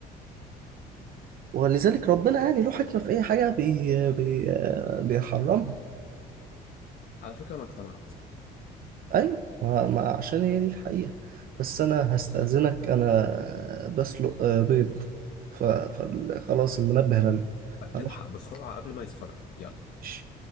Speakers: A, on the right; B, on the left.
A: ولذلك ربنا يعني له حكمة في اي حاجة بي بي بيحرمها
B: على فكره انا اقتنعت
A: ايوه ما ما عشان هي دي الحقيقة بس انا هستأذنك انا بسلق آه، بيض ف- فخلاص المنبه رن هروح
B: الحق بسرعه قبل ما يصفر يلا
A: أمشي.